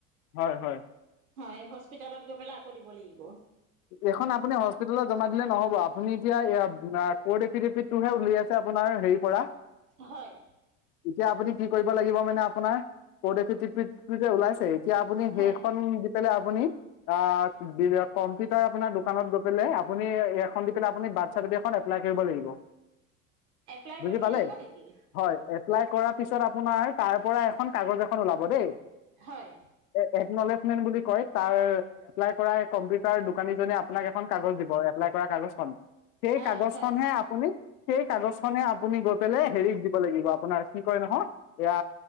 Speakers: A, on the left; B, on the right.
A: হয় হয়।
B: হয়, হস্পিতেলত গৈ পেলায় আকৌ দিব লাগিব।
A: এইখন আপুনি হস্পিতালত জমা দিলে নহব, আপুনি এতিয়া এইয়া কৰ্ট এফিডেভিটটোহে উলিয়াইছে আপোনাৰ হেৰিৰ পৰা।
B: হয়।
A: এতিয়া আপুনি কি কৰিব লাগিব মানে আপোনাৰ, কৰ্ট এফিদাভিতটো যে ওলাইছে। এতিয়া আপুনি
B: হয়
A: সেইখন <inaudible> আপুনি আ কম্পিউটাৰ আপোনাৰ দোকানত গৈ পেলায়, আপুনি এইখন দি পেলাই আপুনি বাৰ্থ চাৰ্টিফিকেটখন এপ্লাই কৰিব লাগিব।
B: এপ্লাই
A: বুজি
B: কৰিব
A: পালে
B: লাগিব নেকি?
A: হয় এপ্লাই কৰাৰ পিছত আপোনাৰ তাৰ পৰা এখন কাগজ এখন ওলাব দেই।
B: হয়
A: এ' একনলেজ <inaudible> বুলি কয়, তাৰ এপ্লাই কৰা তাৰ দোকানীজনে আপোনাক এখন কাগজ দিব, এপ্লাই কৰা কাগজখন। সেই
B: অ
A: কাগজখনহে
B: হয়
A: আপুনি, সেই কাগজখনহে আপুনি গৈ পেলাই হেৰিত দি লাগিব, আপোনাৰ কি কয় নহয় এয়া,